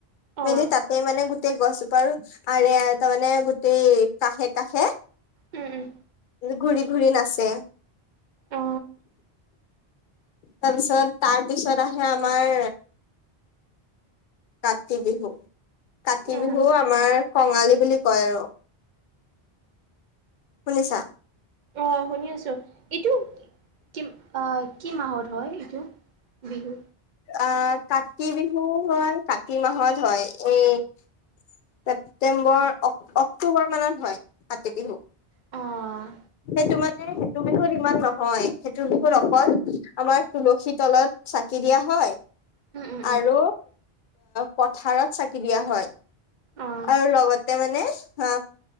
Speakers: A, on the right (about 55°); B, on the left (about 60°).
A: অ',
B: মেলি তাতে মানে গো গোটেই গছজোপাৰো আৰে তাৰমানে গোটেই কাষে-কাষে
A: উম উম।
B: ঘূৰি-ঘূৰি নাচে,
A: অ',
B: তাৰপিছত তাৰপিছত আহে আমাৰ কাতি বিহু কাতি
A: উম।
B: বিহু আমাৰ কঙালী বুলি কয় আৰু শুনিছা?
A: অ', শুনি আছোঁ এইটো কিম আহ কি মাহত হয় এইটো বিহু?
B: আহ কাতি বিহু হয় কাতি মাহত হয়। উম ছেপ্তেম্বৰ অক্টোবৰ মানত হয় কাতি বিহু।
A: অ',
B: সেই তোমাক এহ সেইটো বিহুত ইমান নহয় সেইটো বিহুত অকল আমাৰ তুলসী তলত চাকি দিয়া হয়
A: উম, উম,
B: আৰু
A: উম,
B: পথাৰত চাকি দিয়া হয়।
A: অ',
B: আৰু লগতে মানে হা